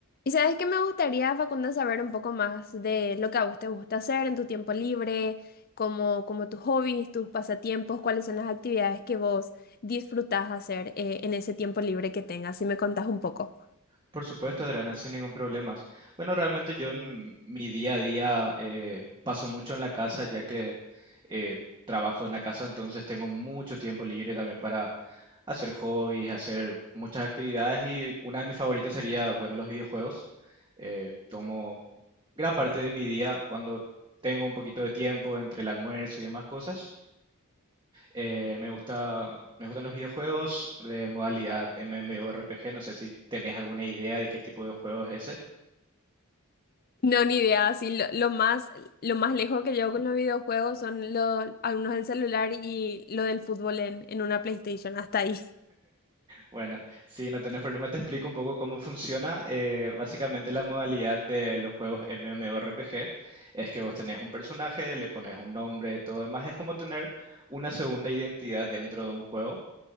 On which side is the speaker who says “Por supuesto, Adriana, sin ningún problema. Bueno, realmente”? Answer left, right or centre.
Right